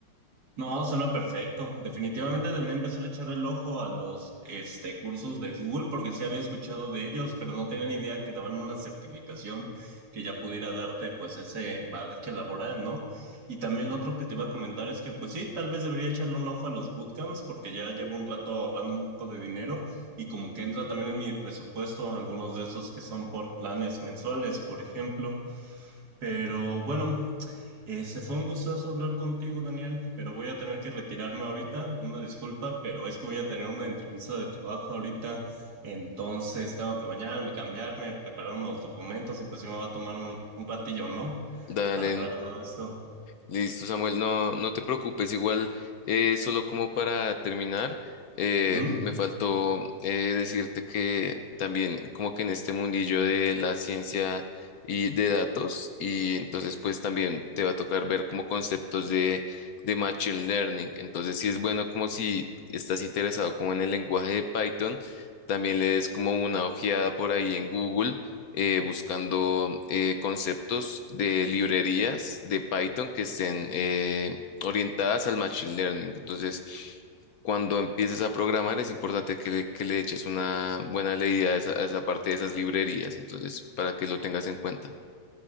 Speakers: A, on the right; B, on the left.
A: No, suena perfecto. Definitivamente debería empezar a echar el ojo a los este, cursos de Google porque sí había escuchado de ellos, pero no tenía ni idea que daban una certificación que ya pudiera darte pues ese bagaje laboral, ¿no? Y también lo otro que te iba a comentar es que pues sí, tal vez debería echarle un ojo a los bootcamps porque ya llevo un rato ahorrando un poco de dinero y como que entra también en mi presupuesto algunos de esos que son por planes mensuales, por ejemplo. Pero bueno. Eh, se fue un gustazo hablar contigo, Daniel, pero voy a tener que retirarme ahorita. Una disculpa, pero es que voy a tener una entrevista de trabajo ahorita. Entonces tengo que bañarme, cambiarme, preparar unos documentos y pues sí me va a tomar un, un ratillo, ¿no?
B: Dale.
A: Arreglar todo esto.
B: Listo, Samuel, no, no te preocupes, igual, eh, solo como para terminar, eh,
A: Ujú.
B: me faltó eh, decirte que también como que en este mundillo de la ciencia y de datos, y entonces pues también te va a tocar ver como conceptos de, de Machine Learning, entonces sí es bueno como si estás interesado como en el lenguaje de Python, también le des como una ojeada por ahí en Google eh, buscando eh, conceptos de librerías de Python que estén eh, orientadas al machine learning. Entonces, cuando empieces a programar, es importante que le, que le eches una buena leída a esa, a esa parte de esas librerías. Entonces, para que lo tengas en cuenta.